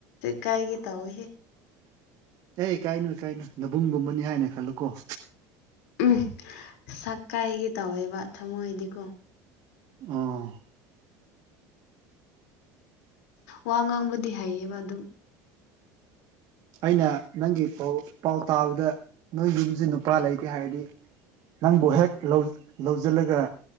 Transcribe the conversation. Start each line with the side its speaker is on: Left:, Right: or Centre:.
Left: ꯀꯥꯏꯒꯤꯦ ꯇꯧꯑꯣꯏꯍꯦ
Right: ꯑꯦ ꯏ ꯀꯥꯏꯅꯨ ꯏ ꯀꯥꯏꯅꯨ ꯗꯕꯨꯡꯒꯨꯝꯕꯅꯤ ꯍꯥꯏꯅ ꯈꯜꯂꯨꯀꯣ
Left: ꯎꯝ ꯁꯛ ꯀꯥꯏꯒꯤ ꯇꯧꯋꯦꯕ ꯊꯃꯣꯏꯗꯤꯀꯣ
Right: ꯑ
Left: ꯋꯥ ꯉꯥꯡꯕꯗꯤ ꯍꯩꯌꯦꯕ ꯑꯗꯨꯝ
Right: ꯑꯩꯅ ꯅꯪꯒꯤ ꯄꯥꯎ ꯇꯥꯕꯗ ꯅꯣꯏ ꯌꯨꯝꯁꯦ ꯅꯨꯄꯥ ꯂꯩꯇꯦ ꯍꯥꯏꯔꯗꯤ ꯅꯪꯕꯨ ꯍꯦꯛ ꯂꯧꯁꯤꯜꯂꯒ